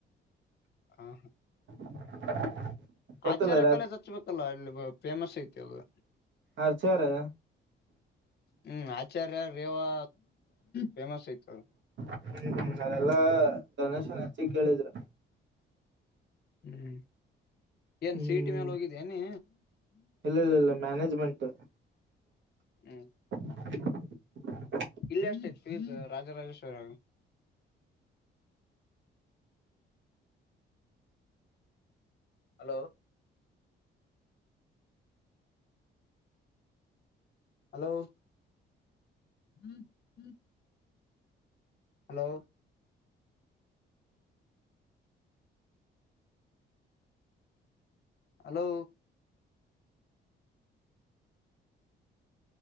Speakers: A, on the left (about 55°); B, on the right (about 70°).
A: ಹಾ.
B: <inaudible> ಗೊತ್ತಲ್ಲ
A: ಆಚಾರ್ಯ
B: ರಾಜ
A: ಕಾಲೇಜ್ ಹಚ್ಬೇಕಲ್ಲ ಅಲ್ಲಿ ಫೇಮಸ್ ಐತಿ ಅದು.
B: ಆಚರ್ಯ.
A: ಹ್ಮ್ ಆಚಾರ್ಯ ರೇವಾ ಫೇಮಸ್ ಆಯ್ತಿ ಅವು.
B: ಹ್ಮ್ ಅದೆಲ್ಲಾ ಡೊನೇಶನ್ ಹೆಚ್ಚಿಗಿ ಕೇಳಿದ್ರ.
A: ಹ್ಮ್ ಏನ್
B: ಹ್ಮ್
A: ಸಿಇಟಿ ಮೇಲೆ ಹೋಗಿದ ನೀ.
B: ಇಲ್ಲ ಇಲ್ಲ ಇಲ್ಲ ಮ್ಯಾನೇಜ್ಮೆಂಟ್.
A: ಹ್ಮ್.
B: <inaudible>
A: ಇಲ್ಲ ಎಷ್ಟು ಆಯ್ತಿ ಫೀಸ್ ರಾಜರಾಜೇಶ್ವರ ದಾಗ. ಹಲೋ. ಹಲೋ. ಹ್ಮ್ ಹ್ಮ್. ಹಲೋ. ಹಲೋ.